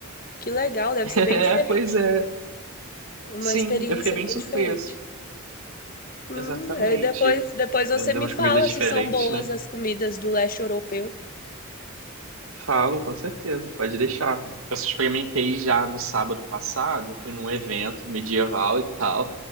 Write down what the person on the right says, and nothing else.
<laughs>
É,
pois é.
Sim,
eu fiquei bem
surpreso.
Exatamente.
Eu dei
umas
comidas diferentes,
né?
Falo, com certeza, pode deixar. Eu experimentei já no sábado passado, eu fui num evento medieval e tal,